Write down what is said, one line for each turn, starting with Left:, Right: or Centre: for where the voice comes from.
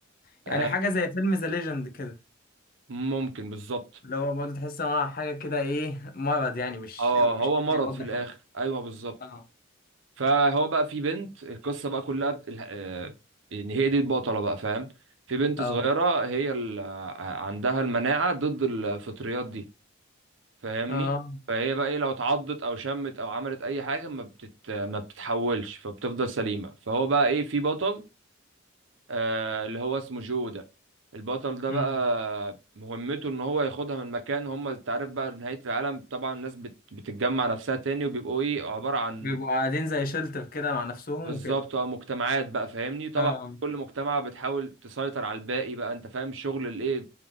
Left: يعني
Right: آه،
Left: حاجة زي فيلم ذا ليجند كده
Right: ممكن بالظبط
Left: اللي هو برضه تحس ان هو حاجة كده ايه مرض يعني مش
Right: اه
Left: مش
Right: هو
Left: حد
Right: مرض
Left: يقضي
Right: في الاخر
Left: حد
Right: ايوه بالظبط
Left: اه
Right: فهو بقى في بنت القصه بقى كلها بت- الح- آه، ان هي دي البطله بقى فاهم في بنت
Left: اه
Right: صغيره هي ال- آه، عندها المناعه ضد الفطريات دي فاهمني
Left: اه
Right: فهي بقى ايه لو اتعضت او شمت او عملت اي حاجه ما بتت... ما بتتحولش فبتفضل سليمه فهو بقى ايه في بطل آه اللي هو اسمه جو ده البطل ده
Left: امم
Right: بقى مهمته ان هو ياخدها من مكان هم انت عارف بقى نهايه العالم طبعا الناس بت... بتتجمع نفسها تاني وبيبقوا ايه عباره عن
Left: بيبقوا قاعدين زي شلتر كده مع نفسهم
Right: بالظبط
Left: وكده
Right: اه مجتمعات بقى فاهمني طبعا
Left: اه
Right: كل مجتمع بتحاول تسيطر على الباقي بقى انت فاهم شغل الايه